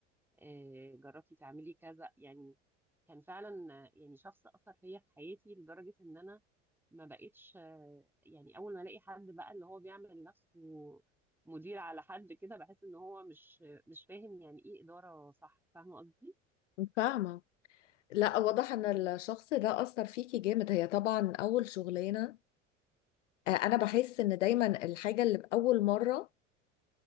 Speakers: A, in the centre; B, on the left.
A: آه، جربتي تعملي كذا يعني كان فعلا آه، يعني شخص اثر فيا في حياتي لدرجه ان انا ما بقتش آه، يعني اول ما الاقي حد بقى اللي هو بيعمل نفسه مدير على حد كده بحس ان هو مش مش فاهم يعني ايه اداره صح فاهمه قصدي
B: فاهمة لا واضح ان
A: مم.
B: الشخص ده اثر فيكي جامد هي طبعا اول شغلانة آه، انا بحس ان دايما الحاجة اللي باول مرة